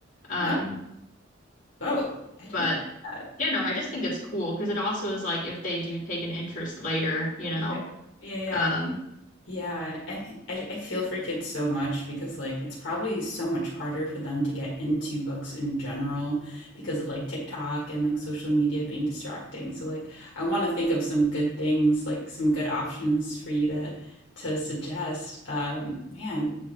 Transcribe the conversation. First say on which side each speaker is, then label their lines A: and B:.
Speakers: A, on the left (about 45°); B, on the left (about 70°).
A: Um,
B: oh, oh, I didn't
A: but
B: know that.
A: yeah, no, I just think it's cool because it also is like if they do take an interest later, you know.
B: Yeah, yeah, yeah.
A: Um,
B: Yeah, I mean, I, I feel for kids so much because like it's probably so much harder for them to get into books in general because of like TikTok and like social media being distracting. So like I want to think of some good things, like some good options for you to to suggest. Um, man,